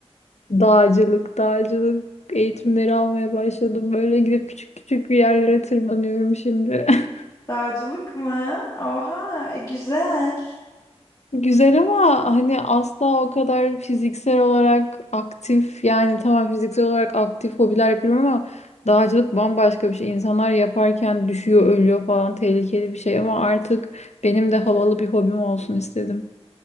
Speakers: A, on the left; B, on the left.
A: Dağcılık, dağcılık eğitimleri almaya başladım. Böyle gidip küçük küçük bir yerlere tırmanıyorum şimdi. <laughs>
B: Dağcılık mı? Oha e, güzel.
A: Güzel ama hani asla o kadar fiziksel olarak aktif yani tamam fiziksel olarak aktif hobiler yapıyorum ama dağcılık bambaşka bir şey. İnsanlar yaparken düşüyor, ölüyor falan tehlikeli bir şey ama artık benim de havalı bir hobim olsun istedim.